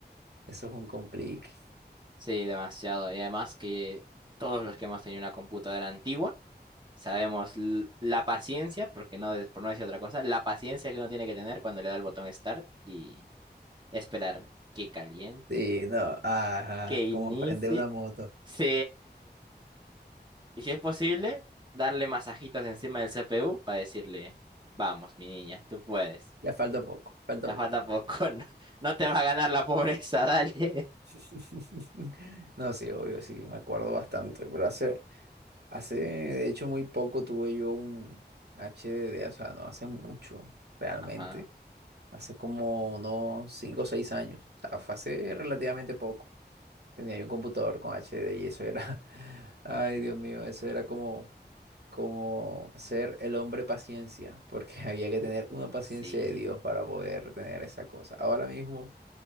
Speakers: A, on the right; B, on the right.
A: eso es un complique.
B: Sí, demasiado. Y además que todos los que hemos tenido una computadora antigua, Sabemos l- la paciencia, porque no, de- por no decir otra cosa, la paciencia que uno tiene que tener cuando le da el botón Start y esperar que caliente,
A: Sí, no, ajá,
B: que inicie.
A: como prender una moto.
B: Sí. Y si es posible, darle masajitos encima del CPU para decirle, vamos, mi niña, tú puedes.
A: Ya falta poco, falta
B: Ya
A: poco.
B: falta poco, <laughs> no, no te va a ganar la pobreza, <laughs> dale.
A: <laughs> No, sí, obvio, sí, me acuerdo bastante, pero hace... Hace, de hecho, muy poco tuve yo un HDD, o sea, no hace mucho, realmente.
B: Ajá,
A: Hace como unos 5 o 6 años. O sea, fue hace relativamente poco. Tenía yo un computador con HDD y eso era, <laughs> ay Dios mío, eso era como, como ser el hombre paciencia, porque <laughs> había que tener una paciencia
B: sí.
A: de Dios para poder tener esa cosa. Ahora mismo...